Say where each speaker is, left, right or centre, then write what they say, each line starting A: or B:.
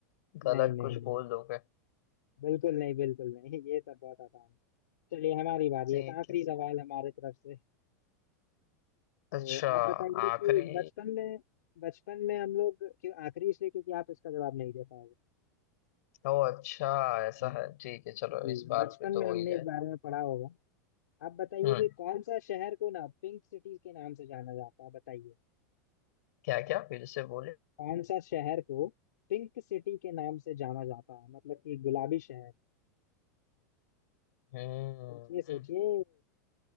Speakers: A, on the left; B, on the left.
A: गलत
B: नहीं नहीं
A: कुछ
B: नहीं
A: बोल
B: नहीं,
A: दोगे
B: बिल्कुल नहीं बिल्कुल नहीं ये सब बहुत आसान है। चलिए हमारी बारी
A: ठीक
B: है एक आखिरी
A: है
B: सवाल हमारे तरफ से तो
A: अच्छा
B: आप बताइए
A: आखिरी
B: कि बचपन में बचपन में हम लोग क्यों आखिरी इसलिए क्योंकि आप इसका जवाब नहीं दे पाओगे
A: ओ अच्छा ऐसा
B: हाँ,
A: है ठीक है चलो
B: जी
A: इस बार
B: बचपन
A: पे तो
B: में
A: हो
B: हमने
A: ही जाए
B: इस बारे में पढ़ा होगा आप बताइए
A: हम्म
B: कि कौन सा शहर को ना पिंक सिटी के नाम से जाना जाता है बताइए
A: क्या क्या फिर से बोले
B: कौन सा शहर को पिंक सिटी के नाम से जाना जाता है मतलब कि गुलाबी शहर
A: हम्म
B: सोचिए सोचिए